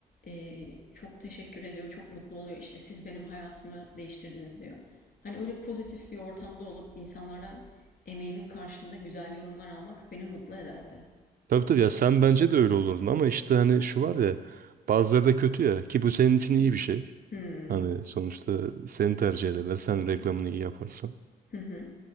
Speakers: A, on the left; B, on the right.
A: e, çok teşekkür ediyor, çok mutlu oluyor. İşte siz benim hayatımı değiştirdiniz diyor. Hani öyle pozitif bir ortamda olup insanlardan emeğimin karşılığında güzel yorumlar almak beni mutlu ederdi.
B: Tabii tabii ya sen bence de öyle olurdun ama işte hani şu var ya bazıları da kötü ya ki bu senin için iyi bir şey.
A: Hı
B: Hani sonuçta seni tercih ederler sen reklamını iyi yaparsan.
A: hı. hı.